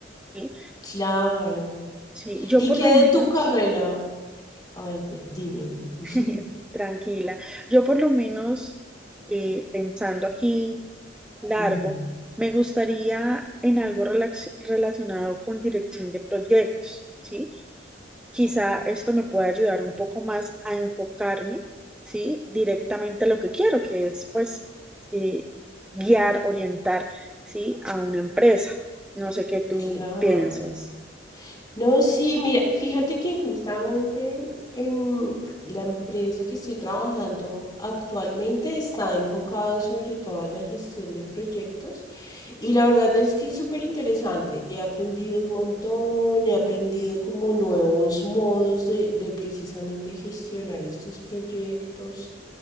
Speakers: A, in the centre; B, on the left (about 25°).
A: ¿sí?
B: claro.
A: Sí, yo
B: ¿Y
A: por
B: qué
A: lo
B: de
A: menos,
B: tu carrera? Ay, di- dime, dime. <laughs>
A: <laughs> tranquila, yo por lo menos eh, pensando aquí largo,
B: Ujú,
A: me gustaría en algo relax- relacionado con dirección de proyectos, ¿sí? Quizá esto me pueda ayudar un poco más a enfocarme, ¿sí? Directamente a lo que quiero, que es pues eh, guiar, orientar, ¿sí? A una empresa. No sé qué tú
B: Claro.
A: piensas.
B: No, sí, mira, fíjate que justamente en la empresa que estoy trabajando actualmente está enfocado sobre todo a la gestión de proyectos y la verdad es que es súper interesante. He aprendido un montón, he aprendido como nuevos modos de, de precisamente gestionar estos proyectos.